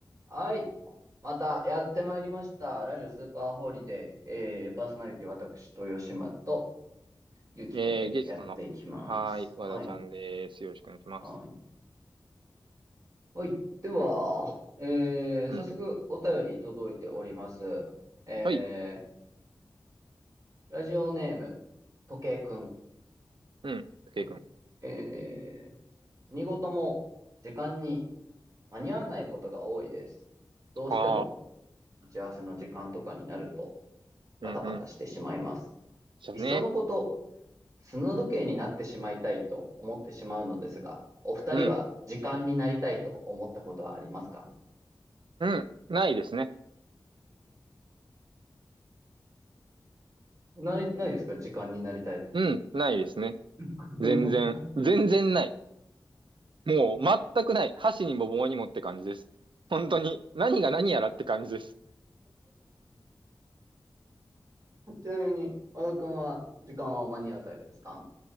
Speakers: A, on the right; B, on the right.
A: はい。またやってまいりました。ラジオスーパーホリデー。えー、パーソナリティ私、豊島とゆうきくんでやっていきます。
B: えー、ゲストの、はーい、和田ちゃんです。
A: はい。
B: よろしくお願いします。
A: はい。はい。では、えー、
B: うん。
A: 早速お便り届いております。え
B: はい。
A: ー、ラジオネーム、時計くん。
B: うん。武井くん。
A: はい。えー、何事も時間に間に合わないことが多いです。どうしても
B: ああ。
A: 打ち合わせの時間とかになるとバタバタしてしまいます。
B: うんうん。じゃあね。
A: いっそのこと、砂時計になってしまいたいと思ってしまうのですが、お二人は時間になりたいと思ったことはありますか
B: うん。うん。ないですね。
A: ない、ないですか時間になりたいと思った。
B: うん。ないですね。
A: <laughs>
B: 全然。全然ない。もう、全くない。箸にも棒にもって感じです。本当に。何が何やらって感じです。
A: ちなみに、和田くんは時間は間に合うタイプですか